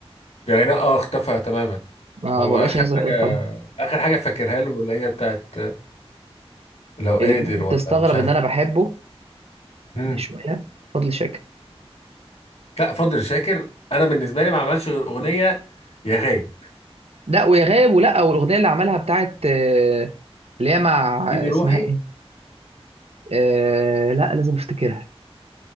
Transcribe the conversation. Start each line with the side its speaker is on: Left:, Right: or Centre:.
Left: يعني <laughs> اه اختفى تماما
Right: ما
Left: ما هو
Right: ما بقاش
Left: آخر
Right: ينزل
Left: حاجة
Right: اغاني خالص
Left: آخر حاجة فاكرها له اللي هي بتاعت لو قادر
Right: اللي ممكن
Left: ولا
Right: تستغرب
Left: مش عارف
Right: ان انا بحبه
Left: مم.
Right: يعني شويه فضل شاكر
Left: لا فضل شاكر أنا بالنسبة لي ما عملش غير أغنية يا غايب
Right: لا ويا غاب ولا والاغنيه اللي عملها بتاعت آه، اللي هي مع
Left: إيدي
Right: آه،
Left: روحي
Right: اسمها ايه آه لا لازم افتكرها